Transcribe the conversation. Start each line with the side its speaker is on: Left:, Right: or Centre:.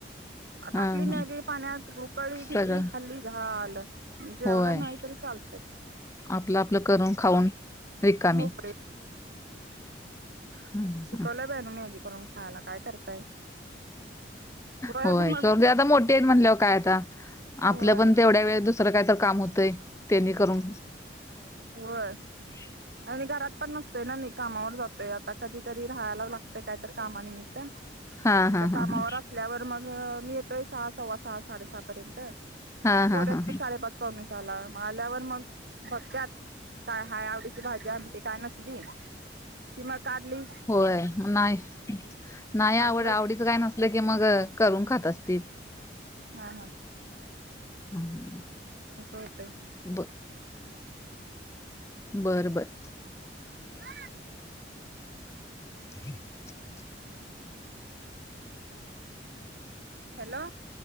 Right: टाकली
Left: हा
Right: मॅगी
Left: ह
Right: पाण्यात रुकळी घेतली
Left: सगळं
Right: खाल्ली झालं जेवलं
Left: होय
Right: नाही तरी चाल
Left: आपलं आपलं करून खाऊन रिकामी
Right: मोकळे
Left: हम्
Right: कलं बन मॅगी करून खायला काय करताय होय
Left: होयग
Right: मग
Left: आता मोठे आहेत म्हणल्यावर काय आता आपलं
Right: होय
Left: पण तेवढ्या वेळ दुसरं काहीत काम होतय त्यांनी करून
Right: हो
Left: हम्म
Right: आणि घरात पण नसतोय ना मी कामावर जातोय आता कधीतरी राहायला लागतय काय तर कामानिमित्त
Left: हा
Right: नाही
Left: हा
Right: त्या
Left: हा
Right: कामावर
Left: हा
Right: असल्यावर मग मी येतोय सहा सव्वा सहा साडे सहा पर्यंत
Left: हा हा
Right: पोर्या
Left: हा
Right: साडेपाच णसला आल्यावर मग बघ काय हा आवडीची भाजी आी काय नसली कि मग कारली
Left: होय नाही नाही आवड
Right: आणलंच
Left: आवडीच काय नसलं की मग करून खात असतील
Right: हा हा
Left: हां
Right: असं वाटतं
Left: ब बर बर
Right: हा
Left: हम्
Right: हॅलो